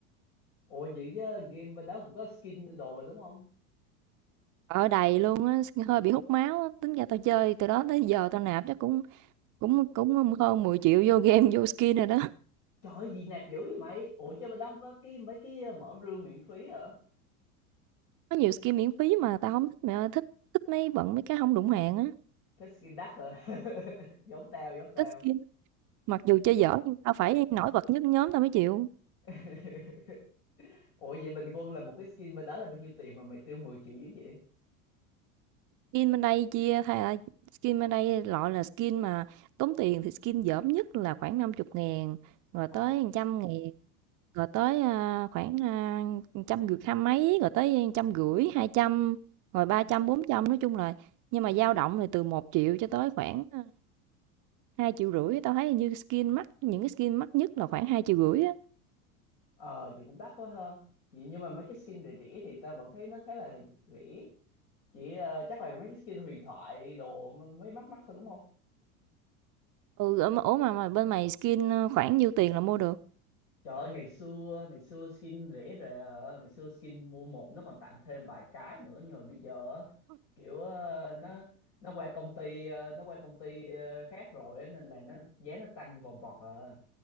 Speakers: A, on the left (about 60°); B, on the right (about 45°).
A: ủa vậy chứ game bên đó cũng có skin đồ mà đúng không
B: Ở đầy luôn á, hơi bị hút máu á. Tính ra tao chơi từ đó tới giờ tao nạp chắc cũng cũng cũng hơn 10 triệu vô game vô skin rồi đó.
A: trời ơi, gì nạp dữ vậy mày ủa chứ bên đó không có cái mấy cái mở rương miễn phí hả
B: Có nhiều skin miễn phí mà tao không thích mẹ ơi, thích thích mấy bận mấy cái không đụng hàng á.
A: thích skin đắt rồi <laughs> giống tao giống tao
B: Thích skin mặc dù chơi dở nhưng tao phải nổi bật nhất nhóm tao mới chịu
A: <laughs> ủa vậy bình quân là một cái skin bên đó là bao nhiêu tiền mà mày tiêu 10 triệu dưới vậy
B: skin bên đây chia thay là skin bên đây loại là skin mà tốn tiền thì skin dởm nhất là khoảng 50 ngàn rồi
A: ồ
B: tới trăm ngàn rồi tới à, khoảng uh, trăm rưỡi hai mấy rồi tới trăm rưỡi hai trăm rồi ba trăm bốn trăm nói chung là nhưng mà dao động là từ một triệu cho tới khoảng à, hai triệu rưỡi tao thấy như skin mắc những cái skin mắc nhất là khoảng hai triệu rưỡi á
A: ờ chị cũng đắt quá ha vậy nhưng mà mấy cái skin rẻ rẻ thì ta vẫn thấy nó khá là rẻ chỉ ờ, chắc là mấy cái skin huyền thoại đồ mới mắc mắc thôi đúng không
B: ừ ủa mà, ủa mà, mà bên mày skin ờ, khoảng nhiêu tiền là mua được
A: trời ơi ngày xưa ngày xưa skin rẻ rề ờ, ngày xưa skin mua một nó còn tặng thêm vài cái nữa nhưng mà bây giờ á, kiểu ờ, nó nó qua công ty ờ, nó qua công ty ờ, khác rồi á, nên là nó giá nó tăng vòng vọt à